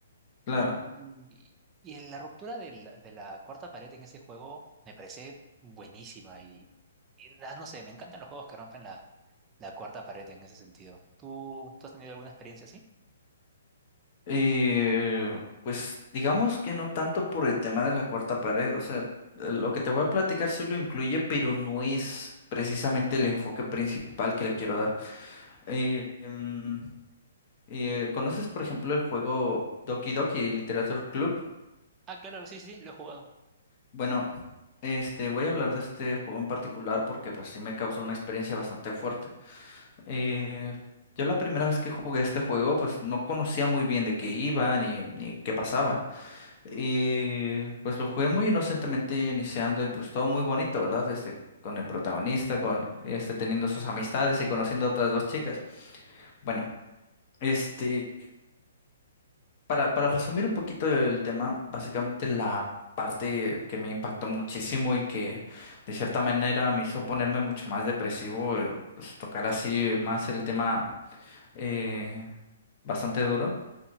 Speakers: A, on the left; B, on the right.
A: claro.
B: Y, y en la ruptura de la, de la cuarta pared en ese juego me parece buenísima y, y, ah, no sé, me encantan los juegos que rompen la, la cuarta pared en ese sentido. ¿Tú, tú has tenido alguna experiencia así?
A: Y pues digamos que no tanto por el tema de la cuarta pared, o sea, lo que te voy a platicar sí lo incluye, pero no es precisamente el enfoque principal que le quiero dar. Eh, em, eh, ¿conoces, por ejemplo, el juego Doki Doki Literature Club?
B: Ah, claro, sí, sí, sí, lo he jugado.
A: Bueno, este, voy a hablar de este juego en particular porque pues sí me causó una experiencia bastante fuerte. Eh, yo la primera vez que jugué este juego, pues no conocía muy bien de qué iba ni, ni qué pasaba. Y pues lo jugué muy inocentemente iniciando y pues todo muy bonito, ¿verdad? Este, con el protagonista, con este teniendo sus amistades y conociendo a otras dos chicas. Bueno, este, para, para resumir un poquito el tema, básicamente la parte que me impactó muchísimo y que de cierta manera me hizo ponerme mucho más depresivo, eh, pues tocar así más el tema eh, bastante duro